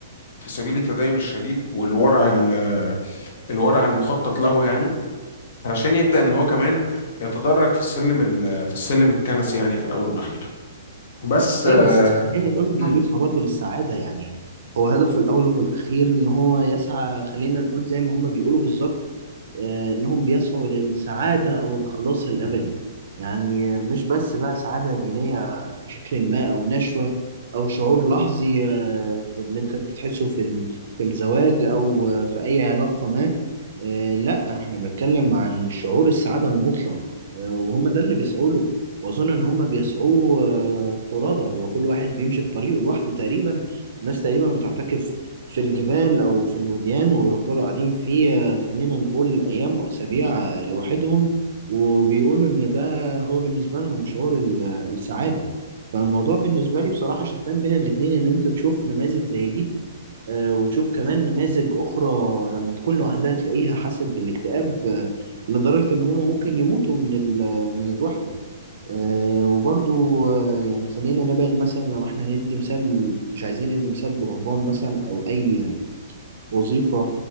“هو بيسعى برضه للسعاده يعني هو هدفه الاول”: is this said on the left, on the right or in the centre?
Right